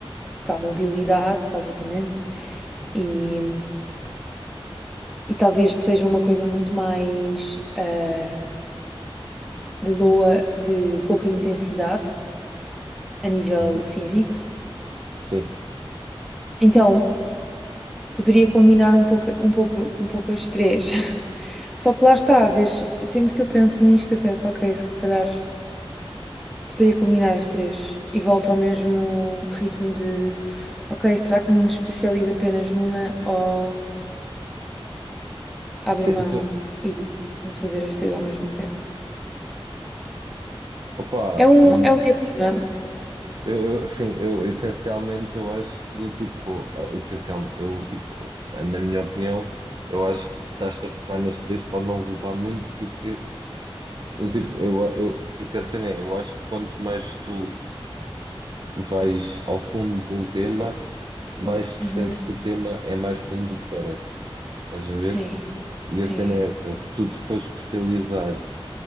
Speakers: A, in the centre; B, on the right (about 50°).
A: pá, mobilidade, basicamente, e, e talvez seja uma coisa muito mais ah, de loa, de pouca intensidade a nível
B: Uhum.
A: físico.
B: Sim,
A: Então, poderia combinar um pouco, um pouco, um pouco as três. <laughs> Só que lá está, vês, sempre que eu penso nisto, eu penso, ok, se calhar poderia combinar as três e volto ao mesmo ritmo de, ok, será que me especializo apenas numa ou abro
B: sim,
A: mão
B: tu-
A: e tento fazer as três ao mesmo tempo?
B: opa,
A: É um,
B: hum,
A: é um dilema.
B: Eu, eu- sim, eu essencialmente eu acho que do tipo, eh, essencialmente, eu tipo, eh, na minha opinião, eu acho que estás a focar nas três pode não resultar muito porque do tipo, eu, eu, porque assim é, eu acho que quanto mais tu vais ao fundo de um tema, mais percebes
A: Uhum.
B: que o tema é mais fundo do que parece. Estás a
A: Sim,
B: ver? E
A: sim.
B: a cena é essa, se tu te fores especializar